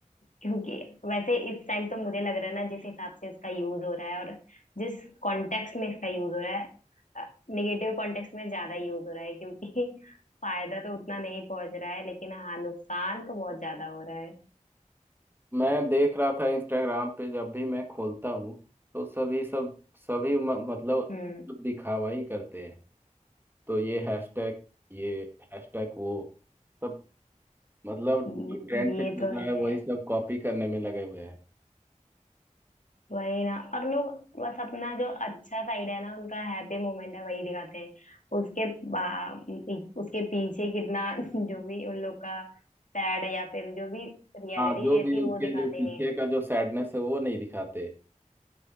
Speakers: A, on the left; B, on the right.
A: क्योंकि वैसे इस टाइम तो मुझे लग रहा है ना जिस हिसाब से इसका यूज हो रहा है और जिस कॉन्टेक्स्ट में इसका यूज हो रहा है निगेटिव कॉन्टेक्स्ट में ज्यादा यूज हो रहा है क्योंकि <laughs> फायदा तो उतना नहीं पहुंच रहा है लेकिन हाँ नुकसान तो बहुत ज्यादा हो रहा है
B: मैं देख रहा था इंस्टाग्राम पे जब भी मैं खोलता हूँ तो सभी सब सभी म, मतलब
A: हम्म
B: दिखावा ही करते हैं तो ये हैशटैग ये हैशटैग वो सब मतलब
A: ये
B: जो ट्रेंड पे
A: ये
B: चल
A: तो
B: रहा
A: है
B: है वही सब कॉपी करने में लगे हुए हैं
A: वही ना और लोग बस अपना जो अच्छा साइड है ना उनका हैप्पी मोमेंट है वही दिखाते हैं उसके बा- उसके पीछे कितना <laughs> जो भी उन लोग का सैड या फिर जो भी रियलिटी
B: हाँ जो
A: रहती
B: भी
A: है
B: उसके
A: वो दिखाते
B: जो पीछे
A: नहीं है
B: का जो सैडनेस है वो नहीं दिखाते